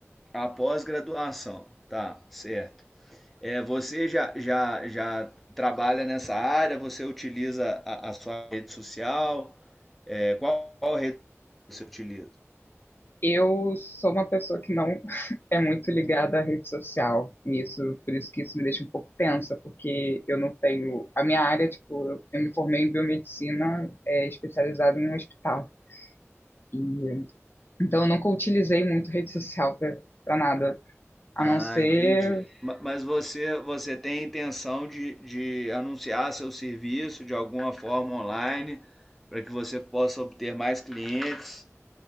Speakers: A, in the centre; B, on the left.
A: A pós-graduação, tá, certo. É, você já, já, já trabalha nessa área? Você utiliza a, a sua rede social? É, qual, qual rede você utiliza?
B: Eu sou uma pessoa que não <laughs> é muito ligada à rede social, e isso, por isso que isso me deixa um pouco tensa, porque eu não tenho. A minha área, tipo, eu, eu me formei em biomedicina, é, especializada em um hospital. E, então, eu nunca utilizei muito rede social para nada, a
A: Ah,
B: não ser.
A: entendi. Ma- Mas você, você tem intenção de, de anunciar seu serviço de alguma forma online para que você possa obter mais clientes